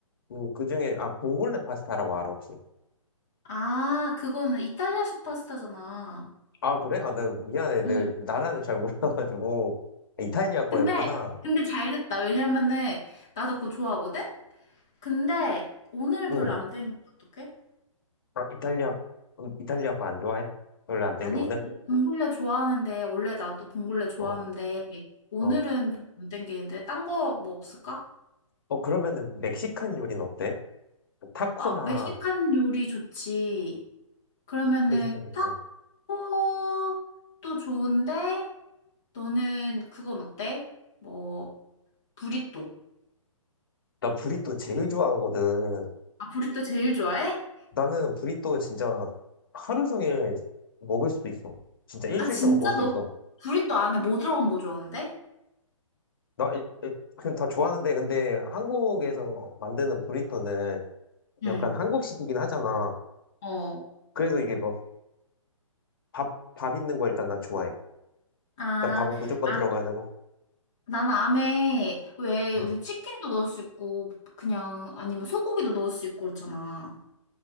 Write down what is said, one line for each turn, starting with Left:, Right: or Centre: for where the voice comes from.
Left: 그, 그 중에, 아, 봉골레 파스타라고 알아, 혹시?
Centre: 아, 그거는 이탈리아식 파스타잖아.
Left: 아, 그래? 아, 나 미안해. 내
Centre: 음,
Left: 나라를 잘 몰라가지고. 아, 이탈리아 거였구나.
Centre: 근데, 근데 잘 됐다. 왜냐면은, 나도 그거 좋아하거든? 근데, 오늘은 별로
Left: 응.
Centre: 안 땡긴다, 어떡해?
Left: 아, 이탈리아, 음, 이탈리아 거 안 좋아해? 별로 안 땡겨,
Centre: 아니,
Left: 오늘?
Centre: 봉골레 좋아하는데, 원래 나도 봉골레 좋아하는데,
Left: 어,
Centre: 오늘은
Left: 어.
Centre: 별로 안 땡기는데, 딴 거 뭐 없을까?
Left: 어, 그러면은 멕시칸 요리는 어때? 그 타코나
Centre: 아, 멕시칸 요리 좋지. 그러면은
Left: 메xican이요.
Centre: 타코도 좋은데 너는 그건 어때? 뭐 브리또.
Left: 나 브리또 제일 좋아하거든.
Centre: 아 브리또 제일 좋아해?
Left: 나는 브리또 진짜 하루 종일 먹을 수도 있어. 진짜 일주일
Centre: 아 진짜
Left: 동안 먹을 수
Centre: 너
Left: 있어.
Centre: 브리또 안에 뭐 들어간 거 좋아하는데?
Left: 나 일- 일- 그냥 다 좋아하는데 근데 한국에서 만드는 브리또는
Centre: 응.
Left: 약간 한국식이긴 하잖아.
Centre: 어.
Left: 그래서 이게 막 밥, 밥 있는 거 일단 난 좋아해.
Centre: 아,
Left: 일단 밥은 무조건
Centre: 아,
Left: 들어가야 되고.
Centre: 나는 안에 왜
Left: 응,
Centre: 우리 치킨도 넣을 수 있고 그냥 아니면 소고기도 넣을 수 있고 그렇잖아.